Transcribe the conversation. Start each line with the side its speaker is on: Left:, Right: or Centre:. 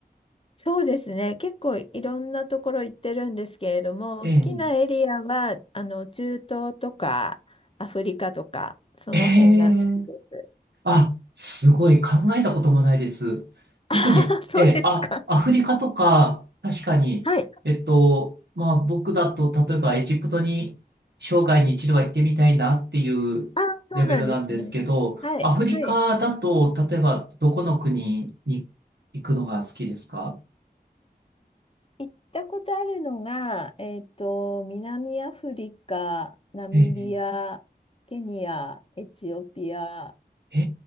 Left: そうですね。結構いろんなところ行ってるんですけれども、
Right: えー
Left: 好きなエリアは、あの、中東とか、アフリカとか、その辺が好きです。
Right: ええあ、すごい考えたこともないです。特に、
Left: あー、そうですか。
Right: ええ、あ、アフリカとか、確かに、
Left: はい。
Right: えっと、まあ僕だと、例えばエジプトに生涯に一度は行ってみたいなっていうレベルなんですけど、
Left: あー、そうなんですね。はい、
Right: アフリカだと、
Left: はい。
Right: 例えばどこの国に行くのが好きですか
Left: 行ったことあるのが、えっと、南アフリカ、ナミビア、
Right: ええ、
Left: ケニア、エチオピア
Right: え